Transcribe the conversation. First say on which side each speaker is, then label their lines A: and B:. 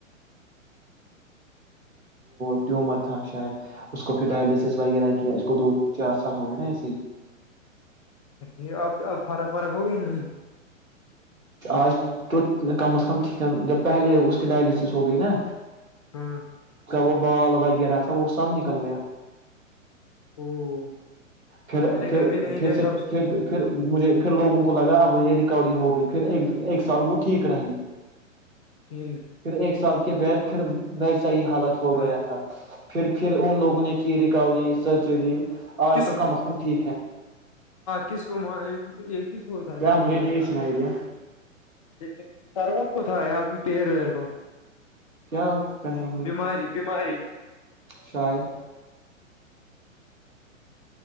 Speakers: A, on the right (about 85°); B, on the left (about 25°).
A: <unintelligible> ٹیومر تھا شاید اس کو پھر ڈائلسس وغیرہ کیا اس کو دو چار سال ہو گئے نا ایسے ہی
B: یہ اب اب فرق فرق ہوگی نہیں
A: آج تو کم از کم ٹھیک ہے جب پہلے اس کی ڈائلسس ہو گئی نا
B: ہاں
A: <unintelligible> بال وغیرہ تھا وہ سب نکل گیا
B: <unintelligible>
A: پھر
B: میں نے
A: پھر
B: کبھی نہیں
A: پھر
B: دیکھا
A: سے
B: اس کے
A: پھر
B: ساتھ۔
A: پھر مجھے پھر لوگوں کو لگا اب یہ ریکوری ہو گئی پھر ایک ایک سال وہ ٹھیک رہی
B: ٹھیک
A: <unintelligible> <unintelligible> صحیح حالت ہو گیا
B: مار
A: تھا پھر پھر ان لوگوں نے کی ریکوری سرجری
B: <unintelligible> <unintelligible>
A: آج تو کم از کم ٹھیک ہے
B: کس کو تھاٹیمارے
A: کیا مجھے نہیں
B: یہاں
A: سنائی دیا
B: لیکن سرور کو ک تھا ہے آپ پییر ویر کو
A: کیا کہیں گے
B: بیماری بیماری
A: شاید